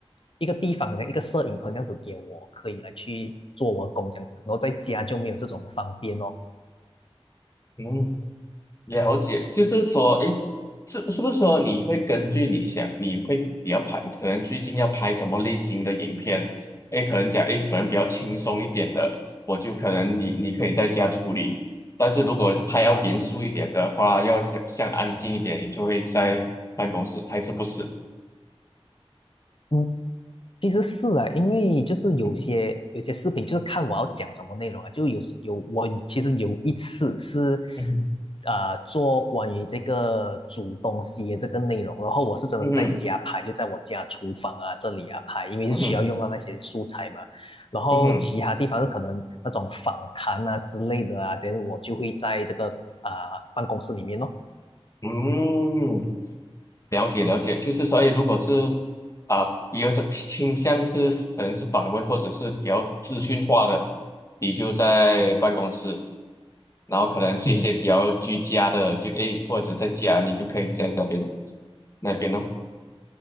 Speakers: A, on the left (about 60°); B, on the left (about 30°).
A: 一个地方，好像一个摄影棚这样子给我，可以来去做我的工这样子，然后在家就没有这种方便哦。
B: 嗯，了解，就是说，诶，是是不是说你会根据你想，你会比较拍，可能最近要拍什么类型的影片？诶，可能讲，诶，可能比较轻松一点的，我就可能你你可以在家处理，但是如果是拍要严肃一点的话，要想像安静一点，你就会在办公室，还是不是？
A: 嗯。其实是啊，因为就是有些有些视频，
B: 嗯
A: 就是看我要讲什么内容啊。就有时有我其实有一次是，
B: 哼，
A: 啊做关于这个煮东西的这个内容，然后我是真的是在家拍，
B: 嗯哼，
A: 就在我家厨房啊这里啊拍，因为是需要用到那些素材嘛。
B: 嗯哼，
A: 然后其他地方是可能那种访谈啊之类的啊，
B: 嗯哼，嗯哼，
A: 等我就会在这个啊、办公室里面咯。
B: 嗯哼嗯。了解了解，就是说，哎，如果是啊，有种倾向是可能是访问或者是比较资讯化的，你就在办公室，然后可能是一些比较居家的，
A: 嗯。
B: 就哎或者在家，你就可以在那边那边咯。